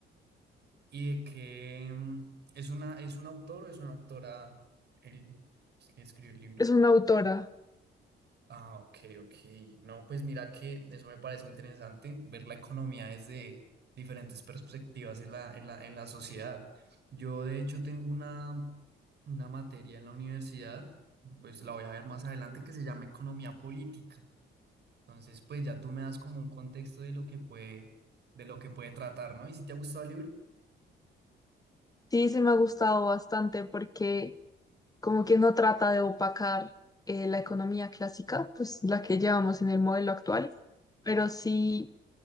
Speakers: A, on the right; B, on the left.
A: y de que mm, es una, es un autor o es una autora el que escribió el libro.
B: Es una autora.
A: Ah, ok, ok. No, pues mira que eso me parece interesante, ver la economía desde diferentes perspectivas en la, en la, en la sociedad. Yo de hecho tengo una, una materia en la universidad, pues la voy a ver más adelante, que se llama economía política. Entonces, pues ya tú me das como un contexto de lo que puede, de lo que puede tratar, ¿no? ¿Y si te ha gustado el libro?
B: Sí, sí me ha gustado bastante porque como que no trata de opacar eh, la economía clásica, pues la que llevamos en el modelo actual, pero sí